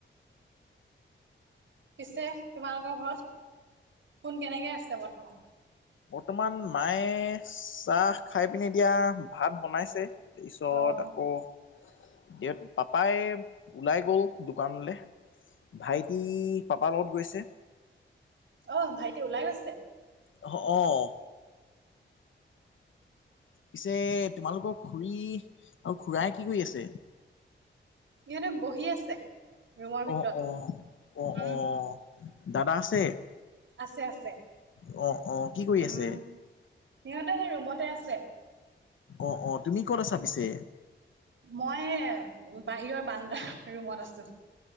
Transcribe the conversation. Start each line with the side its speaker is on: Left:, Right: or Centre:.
Right: পিছে, তোমালোকৰ ঘৰত কোন, কেনেকে আছে বৰ্তমান?
Left: তোমাৰ, মায়ে চাহ খাই পিনে এতিয়া ভাত বনাইছে। পিছত
Right: অ',
Left: আকৌ এতিয়া, পাপাই ওলাই গ'ল দোকানলৈ। ভাইটি, পাপাৰ লগত গৈছে।
Right: অ', ভাইটি ওলাই গৈছে?
Left: অ', অ'। পিছে তোমালোকৰ খুড়ী আৰু খুৰাই কি কৰি আছে?
Right: ইিহঁতে বহি আছে। ৰুমৰ ভিতৰত,
Left: অ', অ', অ',
Right: উম,
Left: অ', দাদা আছে?
Right: আছে আছে
Left: অ অ কি কৰি
Right: উম
Left: আছে
Right: সিহঁতে সেই ৰুমতে আছে
Left: অ অ তুমি ক'ত আছা পিছে
Right: মই বাহিৰৰ বান্দা ৰুমত আছো